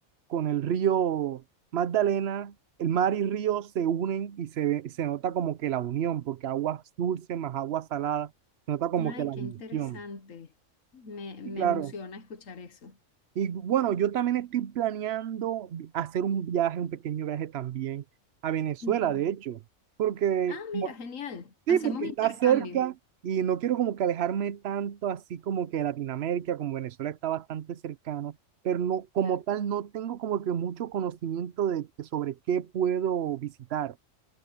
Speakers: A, on the right; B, on the left.
A: con el río Magdalena, el mar y río se unen y se, ve- se nota como que la unión, porque aguas dulces más agua salada, se nota como
B: Ay,
A: que la
B: qué
A: unión.
B: interesante. Me,
A: Y
B: me
A: claro.
B: emociona escuchar eso.
A: Y bueno, yo también estoy planeando vi- hacer un viaje, un pequeño viaje también a Venezuela,
B: Ujú.
A: de hecho, porque
B: Ah,
A: como-
B: mira, genial.
A: sí,
B: Hacemos
A: porque
B: intercambio.
A: está cerca y no quiero como que alejarme tanto así como que de Latinoamérica, como Venezuela está bastante cercano, pero no, como
B: Claro.
A: tal no tengo como que mucho conocimiento de que sobre qué puedo visitar.